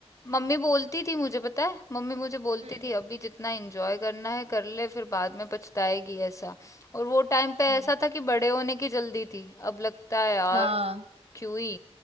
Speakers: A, on the left (about 30°); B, on the right (about 80°).
A: मम्मी बोलती थी मुझे पता है मम्मी मुझे बोलती
B: हम्म
A: थी अभी जितना एंजॉय करना है कर ले फिर बाद में पछताएगी ऐसा और वो टाइम पे
B: हम्म
A: ऐसा था कि बड़े होने की जल्दी थी अब लगता है यार
B: हाँ
A: क्यों ही